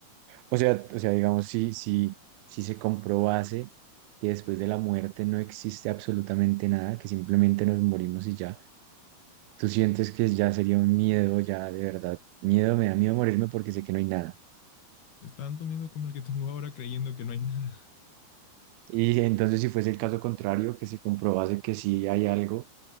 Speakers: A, on the right (about 80°); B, on the left (about 75°).
A: O sea, o sea, digamos, si, si, si se comprobase que después de la muerte no existe absolutamente nada, que simplemente nos morimos y ya, tú sientes que ya sería un miedo, ya de verdad, miedo, me da miedo morirme porque sé que no hay nada.
B: Es tanto miedo como el que tengo ahora creyendo que no hay nada.
A: Y entonces, si fuese el caso contrario, que se comprobase que sí hay algo,